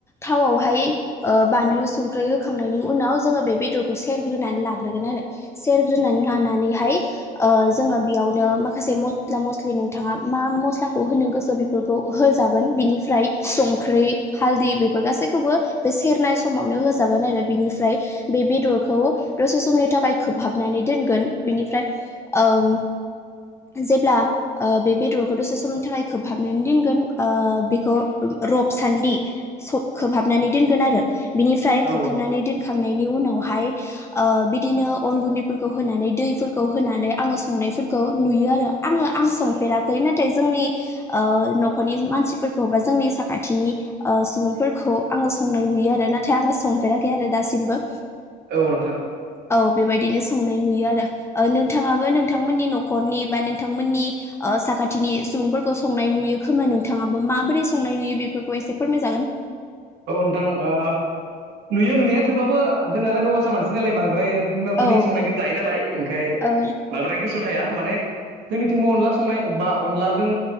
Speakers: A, on the left; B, on the right.
A: थावआवहाय ओ बानलु संख्रै होखांनायनि उनाव जोङो बे बेदरखौ सेरग्रोनानै लाग्रोगोन आरो। सेरग्रोनानै लानानैहाय ओ जोङो बेयावनो माखासे मस्ला मस्लि नोंथाङा मा मस्लाखौ होनो गोसो बे फोरखौ होजागोन बिनिफ्राय संख्रि हालदै बेफोर गासैखौबो बे सेरनाय समावनो होजागोन आरो। बिनिफ्राय बे बेदरखौ दसे समनि थाखाय खोबहाबनानै दोनगोन बेनिफ्राय ओं जेब्ला ओ बे बेदरखौ दसे समनि थाखाय खोबहाबनानै दोनगोन ओ बेखौ रब सान्दि स खोबहाबनानै दोनगोन आरो बिनिफ्राय
B: औ
A: खोबहाबनानै दोन खांनायनि उनावहाय ओ बिदिनो अन गुन्दैफोरखौ होनानै दैफोरखौ होनानै आङो संनायफोरखौ नुयो आरो। आङो आं संफेराखै नाथाय जोंनि ओ नखरनि मानसिफोरखौ बा जोंनि साखाथिनि ओ सुबुंफोरखौ आङो संनाय नुयो आरो नाथाय आङो संफेराखै आरो दासिमबो।
B: औ नोंथां
A: औ बेबायदिनो संनाय नुयो आरो। ओ नोंथाङाबो नोंथांमोननि नखरनि बा नोंथांमोननि ओ साखाथिनि सुबुंफोरखौ संनाय नुयो खोमा नोंथाङाबो माबोरै संनाय नुयो बेफोरखौ एसे फोरमायजागोन?
B: औ नोंथां ओ नुयो नुनाया थेवब्लाबो जों आरो हौवासा मानसि नालाय बांद्रायो बिमाफोरनि
A: औ
B: संनायखौनो जायो नालाय ओंखाय
A: औ
B: बांद्राय गोसो थाया माने। जोंनिथिंबो अनला संनाय बा अनलाजों